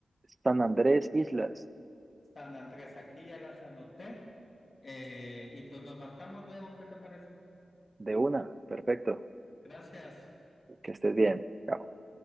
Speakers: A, on the right; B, on the left.
A: San Andrés Islas,
B: San Andrés, aquí ya las anoté eh, y pues nos marcamos luego, ¿qué te parece?
A: de una, perfecto,
B: Gracias.
A: que estés bien. Chao.